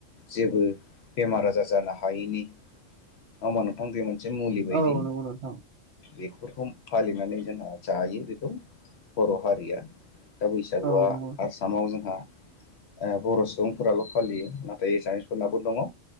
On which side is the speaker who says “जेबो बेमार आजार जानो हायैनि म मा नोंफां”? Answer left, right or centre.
Left